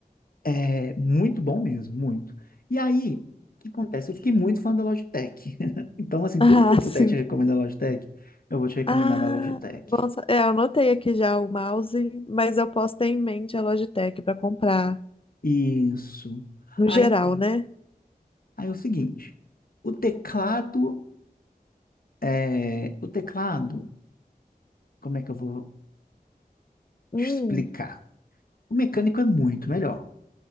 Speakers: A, on the left; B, on the left.
A: É muito bom mesmo, muito. E aí, o que acontece? Eu fiquei muito fã da Logitech. <laughs> Então, assim,
B: Ah,
A: tudo que eu puder
B: <laughs> sim.
A: te recomendar na Logitech, eu vou te recomendar
B: Ah,
A: na Logitech.
B: bom, sa- é, eu anotei aqui já o mouse, mas eu posso ter em mente a Logitech para comprar
A: Isso.
B: no
A: Aí,
B: geral, né?
A: aí é o seguinte, o teclado, é, o teclado, como é que eu vou
B: Hum.
A: te explicar? O mecânico é muito melhor.